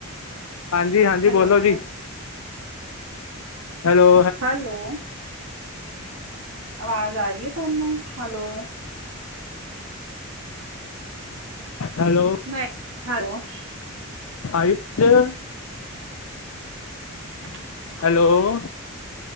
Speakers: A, on the left; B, on the right.
A: ਹਾਂਜੀ ਹਾਂਜੀ
B: ਹੈਲੋ
A: ਬੋਲੋ ਜੀ। ਹੈਲੋ।
B: ਹੈਲੋ। ਆਵਾਜ਼ ਆ ਰਹੀ ਹੈ ਤੁਹਾਨੂੰ ਹੈਲੋ।
A: ਹੈਲੋ।
B: ਨਹੀਂ ਹੈੋ। <unintelligible>
A: ਫਈਫ। <unintelligible>
B: <unintelligible>
A: ਹੈਲੋ